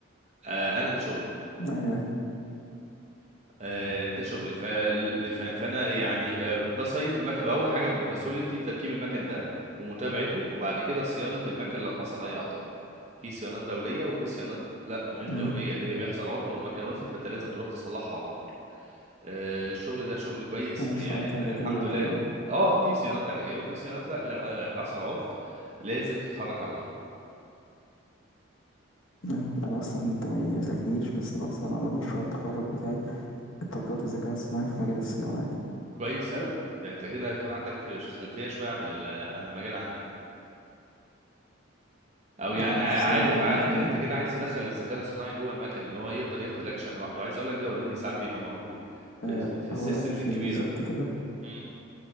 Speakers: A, on the right (about 35°); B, on the left (about 75°).
A: آه، انا ده شغلي
B: ايوه
A: آه، ده شغلي ف... ف- فانا يعني آه، بصين المكن اول حاجه مسؤوليتي تركيب المكن ده ومتابعته وبعد كده صيانه المكن لو حصل اي اعطال في صيانات دوريه وفي صيانات لا مش
B: ايوه
A: دوريه اللي هي بيحصل عطل والمكنه وقفت فانت لازم تروح تصلحها على طول آه، الشغل ده شغل كويس
B: ايوه
A: يعني
B: الصناعات
A: ال-
B: علاجيه
A: الحمد
B: يعتبر
A: لله
B: اه
A: اه في صيانات علاجيه وفي صيانات لا لا، حصل عطل لازم تتحرك على طول
B: أيوة. أنا أصلا أنت ما- يعني ما سألتنيش بس أنا أصلا عنوان مشروع التخرج بتاعي تطبيقات الذكاء الصناعي في مجال الصيانة يعني
A: كويس قوي ده انت كده هيكون عندك خلفيه شويه عن ال- عن المجال عندي او يعني
B: اه عند
A: عا-
B: الصيانه
A: عارف
B: اه عامه
A: عا... انت
B: ما-
A: انت كده عايز تدخل الذكاء الاصطناعي جوه المكن ان هو يقدر ياخد الاكشن لوحده عايز اقول لك ده اوريدي ساعات بيبقى موجود في
B: آه
A: في, في السيستمز
B: هو لأ مش
A: الكبيره
B: مش بالظبط كده
A: امم